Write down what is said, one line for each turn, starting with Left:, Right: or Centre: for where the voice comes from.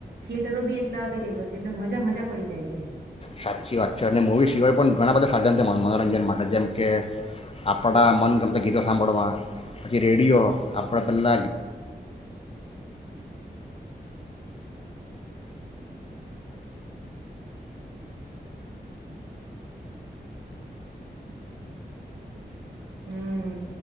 Right: થિયેટરો બી એટલા અવેલેબલ છે એટલે મજા મજા પડી જાય છે.
Left: સાચી વાતચો અને મૂવી સિવાય પણ ઘણા બધા સાધન છે મનોરંજન માટે જેમ કે આપણાં મન ગમતા ગીતો સાંભળવા પછી રેડિયો આપણે પેલાં
Right: હમ